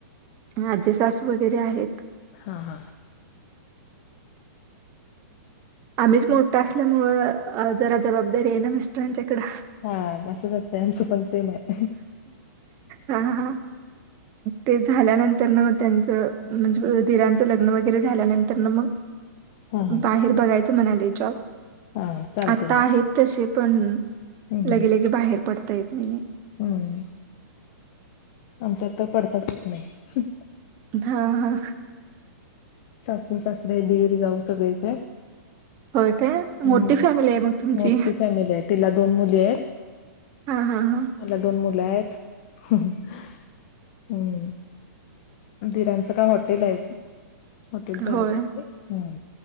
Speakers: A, on the right; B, on the left.
A: माजे सासू वगैरे आहेत
B: हा हा
A: आम्हीच मोठा असल्यामुंळ जरा जबाबदारी आहे ना. मिस्टरांच्याकडं
B: हा तसंच असतंय आमचं पण सेम आहे.
A: हा ते झाल्यानंतर त्यांना मग त्यांचं म्हणजे दिरांचं लग्न वगैरे झाल्यानंतर तर ना मग
B: हा हा
A: बाहेर बघायचं म्हणाले जॉब
B: हा चालते
A: आता
B: मग
A: आहेत तसे पण
B: हम्म हम्म
A: लगेलगे बाहेर पडता येत नाहीये.
B: हम्म आमच्यात तर पडताचच येत नाही
A: हा हा
B: सासू सासरे दीर जाऊ सगळेच
A: होय काय
B: हम्म
A: मोठी फॅमिली आहे मग तुमची
B: मोठी फॅमिली आहे तिला दोन मुली आहेत.
A: हा हा हा
B: मला दोन मुलं आहेत हम्म दिराचं काय हॉटेल आहे. हॉटेल चालत
A: होय
B: हो ते हम